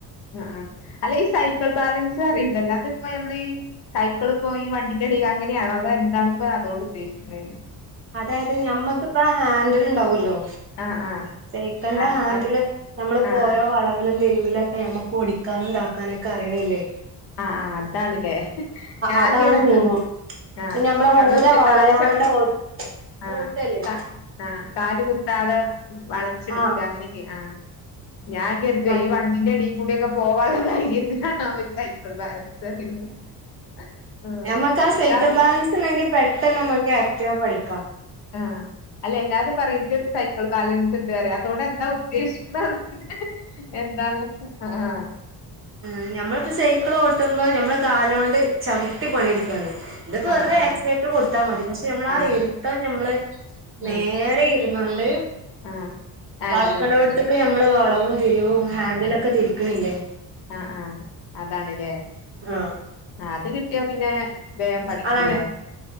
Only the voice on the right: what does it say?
അതായത് ഞമ്മക്ക്പ്പ ഹാൻഡല് ണ്ടാവൊല്ലോ
സൈക്കള്ന്റെ
ഹാൻഡില്
നമ്മള്പ്പോ
ഓരോ വളവിലും <unintelligible> രുവിലൊക്കെ നമ്മക്കും ഒടിക്കാനും താക്കാനൊക്കെ അറിണില്ലേ
അതാണ്
മെയിന്
പിന്നെ നമ്മളെ
ഊര
വളയാണ്ട
ഓ
ഓട്ടല്ലേ
ആ
മറ്റ്
ഞ്ഞമ്മക്ക് ആ സൈക്കൾ
ബാലൻസിണ്ടെങ്കിൽ പെട്ടെന്ന് ഞമ്മക്ക് ആക്ടീവാ പഠിക്കാം
മ് നമ്മളിപ്പോ സൈക്കിൾ ഓട്ടുമ്പോ നമ്മള് കാലൊണ്ട് ചവിട്ടി പണി ഇട്ക്കാണ് ഇതിപ്പോ വെറ്തെ
ആക്സിലേറ്റർ കൊടുത്താ മതി പക്ഷെ നമ്മളാ
ഇരുത്തം മ്മള് നേരെ
ഇ ഇരുന്ന്ക്കാണ്ട്
വളക്ക്നോട്തക്ക്
ഞമ്മള് വളവും തിരി വും ഹാൻഡിലൊക്കെ തിരിക്കിണില്ലേ
ആഹ്
അതാണ്